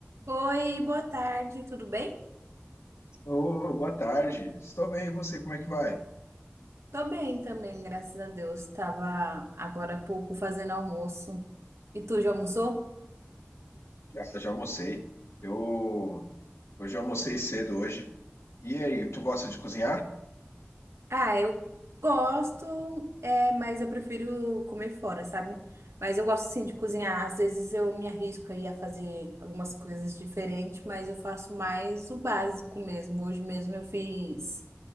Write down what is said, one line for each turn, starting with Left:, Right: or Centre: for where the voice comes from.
Right: Oi, boa tarde, tudo bem?
Left: Ô, boa tarde. Estou bem, e você, como é que vai?
Right: Tô bem também, graças a Deus. Tava agora há pouco fazendo almoço. E tu já almoçou?
Left: Já, já almocei. Eu hoje eu almocei cedo hoje. E aí, tu gosta de cozinhar?
Right: Ah, eu gosto, é, mas eu prefiro comer fora, sabe? Mas eu gosto sim de cozinhar. Às vezes eu me arrisco aí a fazer algumas coisas diferentes, mas eu faço mais o básico mesmo. Hoje mesmo eu fiz,